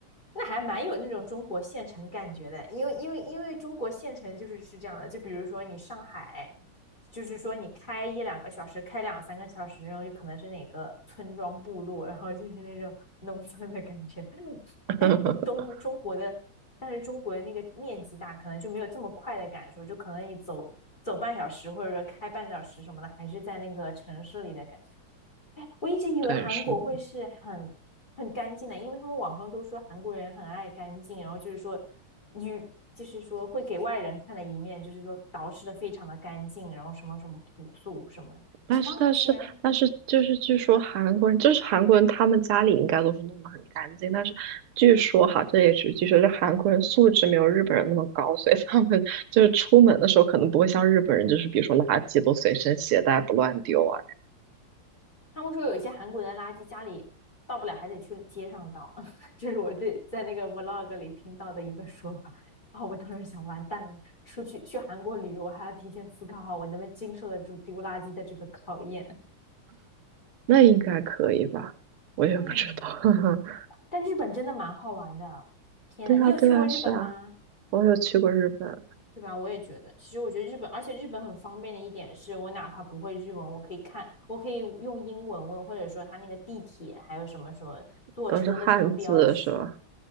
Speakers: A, on the left; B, on the right.
A: 那还蛮有那种中国县城感觉的，因为因为因为中国县城就是是这样的，就比如说你上海，就是说你开一两个小时，开两三个小时，然后就可能是哪个村庄部落，然后就是那种农村的感觉。<laughs>
B: <laughs>
A: 但是都东中国的，但是中国的那个面积大，可能就没有这么快的感受，就可能你走走半小时或者说开半小时什么的，还是在那个城市里的感觉。哎，我一直以为韩国会是很很干净的，
B: 对，是的，
A: 因为他们网上都说韩国人很爱干净，然后就是说女，就是说会给外人看的一面，就是说捯饬的非常的干净，然后什么什么朴素什么什么，
B: 但是但是但是，
A: 居然
B: 就是据说韩国人，就是韩国人，他们家里应该都是弄得很干净。但是据说哈，这也只是据说，是韩国人素质没有日本人那么高，所以他们就是出门的时候可能不会像日本人，就是比如说垃圾都随身携带不乱丢啊那样。
A: 他们说有一些韩国人的垃圾家里倒不了，还得去街上倒，<laughs> 这是我对在那个 vlog 里听到的一个说法。啊、我当时想，完蛋了，出去去韩国旅游还要提前思考好我能不能经受得住丢垃圾的这个考验。
B: 那应该可以吧？我也不知道。
A: 嗯。
B: <laughs>
A: 但日本真的蛮好玩的。天呐，
B: 对啊，
A: 你有去过日本吗？
B: 对啊，是啊，我有去过日本，
A: 对吧？我也觉得，其实我觉得日本，而且日本很方便的一点是，我哪怕不会日文，我可以看，我可以用英文问，或者说他那个地铁还有什么什么坐车的什么标识，
B: 都是汉字是吧？